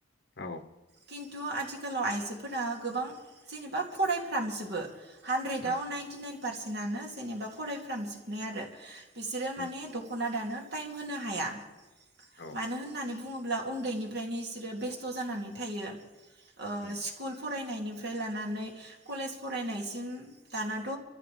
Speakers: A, on the left; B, on the right.
A: औ
B: खिन्थु आथिखालाव आइजोफोरा गोबां जेनेबा फरायफ्रामजोबो हानद्रेदाव
A: उम
B: नाइनटि नाइन पारसेन्टनो जेनेबा फरायफ्रामजोबनाय आरो बिसोरो
A: उम
B: माने दख'ना दानो टाइम होनो हाया
A: औ
B: मानो होननानै बुङोब्ला उन्दैनिफ्रायनो बिसोरो बेस्थ' जानानै थायो ओ
A: उम
B: स्कुल फरायनायनि फ्राय लानानै कलेज फरायनायसिम दानाथ'